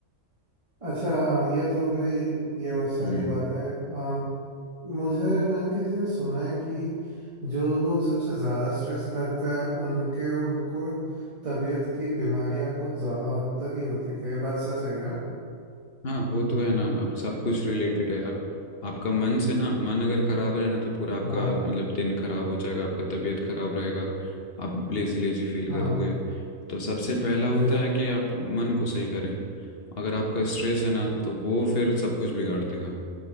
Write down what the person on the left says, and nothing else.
हम्म
हाँ वो तो है ना अब सब कुछ रिलेटेड है यार आपका मन से ना मन अगर खराब है ना तो पूरा आपका
मतलब दिन खराब हो जाएगा आपका तबीयत खराब रहेगा आप लेजी लेजी फील
करोगे तो सबसे पहला होता
है कि आप मन को सही करें अगर आपका स्ट्रेस है ना तो वो फिर सब कुछ बिगाड़ देगा